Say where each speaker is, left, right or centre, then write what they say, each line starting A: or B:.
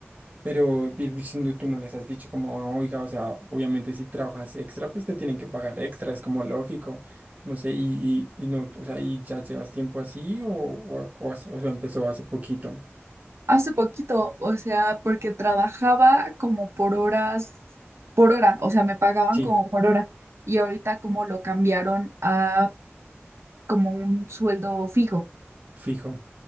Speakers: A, on the right; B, on the right.
A: Pero bien, pues, no- tú no les has dicho como, oiga, o sea, obviamente si trabajas extra, pues te tienen que pagar extra, es como lógico. No sé, y, y, y no, o sea, ¿y ya llevas tiempo así o, o, o hace- o sea, empezó hace poquito?
B: hace poquito, o sea, porque trabajaba como por horas, por hora, o sea, me pagaban
A: Sí,
B: como por hora y ahorita como lo cambiaron a como un sueldo fijo,
A: fijo,